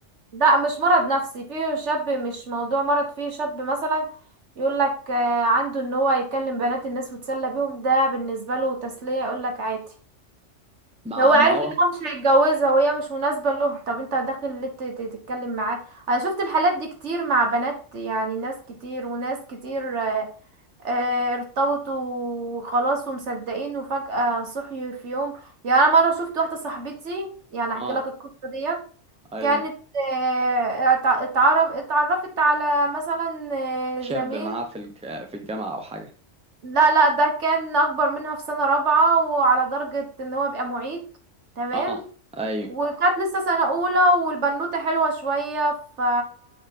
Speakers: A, on the right (about 70°); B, in the centre.
A: لا مش مرض نفسي فيه شاب مش موضوع مرض فيه شاب مثلا يقول لك آه، عنده ان هو يكلم بنات الناس ويتسلى بيهم ده بالنسبه له تسليه يقول لك عادي
B: مع
A: هو
B: ما
A: عارف
B: هو
A: ان هو مش هيتجوزها وهي مش مناسبه له طب انت داخل ليه ت- ت- تتكلم معاه انا شفت الحالات دي كتير مع بنات يعني ناس كتير وناس كتير آه، آه، ارتبطوا وخلاص ومصدقين وفجأة صحي في يوم يعني انا مره شفت واحده صاحبتي يعني احكي
B: اه
A: لك القصه ديت
B: ايوه
A: كانت آه، اتع- اتعرف اتعرفت على مثلا
B: شاب
A: آه، زميل
B: معاه في الج... في الجامعة او حاجة
A: لا لا ده كان اكبر منها في سنة رابعة وعلى درجة ان هو بقى معيد تمام
B: اه ايوه
A: وكانت لسه سنة اولى والبنوتة حلوة شوية ف